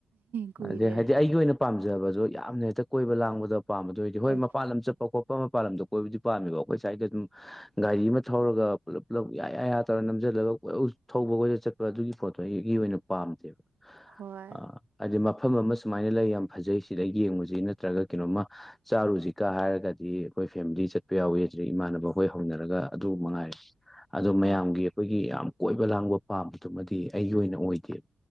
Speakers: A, on the right (about 80°); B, in the centre.
A: ꯀꯨꯏꯔꯦ
B: ꯑꯩꯗꯩ ꯍꯥꯏꯗꯤ ꯑꯩꯒꯤ ꯑꯣꯏꯅ ꯄꯥꯝꯖꯕꯁꯨ ꯌꯥꯝꯅ ꯍꯦꯛꯇ ꯀꯣꯏꯕ ꯂꯥꯡꯕꯗ ꯄꯥꯝꯕ ꯍꯣꯏ
A: ꯑꯣꯏꯗ
B: ꯃꯄꯥꯟ ꯂꯝ ꯆꯠꯄ ꯈꯣꯠꯄ ꯃꯥꯟ ꯂꯝꯗ ꯀꯣꯏꯕꯗꯤ ꯄꯥꯝꯃꯦꯕ ꯑꯩꯈꯣꯏ ꯁꯥꯏꯗ ꯑꯗꯨꯝ ꯒꯥꯔꯤ ꯑꯃ ꯊꯧꯔꯒ ꯄꯨꯂꯞ ꯄꯨꯂꯞ ꯌꯥꯌꯥꯌꯥ ꯇꯧꯔ ꯅꯝꯖꯜꯂꯒ <unintelligible> ꯊꯧꯕ ꯀꯣꯏꯆꯠ ꯆꯠꯄ ꯑꯗꯨꯒꯤ ꯄꯣꯠꯇꯣ ꯑꯩꯒꯤ ꯑꯣꯏꯅ ꯄꯥꯝꯗꯦꯕ
A: ꯍꯣꯏ
B: ꯑꯥ ꯍꯥꯏꯗꯤ ꯃꯐꯝ ꯑꯃ ꯁꯨꯃꯥꯏꯅ ꯂꯩ ꯌꯥꯝ ꯐꯖꯩ ꯁꯤꯗ ꯌꯦꯡꯉꯨꯁꯤ ꯅꯠꯇ꯭ꯔꯒ ꯀꯩꯅꯣꯝꯃ ꯆꯥꯔꯨꯁꯤ ꯀꯥ ꯍꯥꯏꯔꯒꯗꯤ ꯑꯩꯈꯣꯏ ꯐꯦꯃꯤꯂꯤ ꯆꯠꯄ ꯌꯥꯎꯏ ꯏꯃꯥꯟꯅꯕ ꯍꯈꯣꯏ ꯍꯧꯅꯔꯒ ꯑꯗꯨ ꯃꯉꯥꯏꯔꯦ ꯑꯗꯣ
A: ꯍꯣꯏ
B: ꯃꯌꯥꯝꯒꯤ ꯑꯩꯈꯣꯏꯒꯤ ꯌꯥꯝ ꯀꯣꯏꯕ ꯂꯥꯡꯕ ꯄꯥꯝꯕꯗꯨꯃꯗꯤ ꯑꯩꯒꯤ ꯑꯣꯏꯅ ꯑꯣꯏꯗꯦ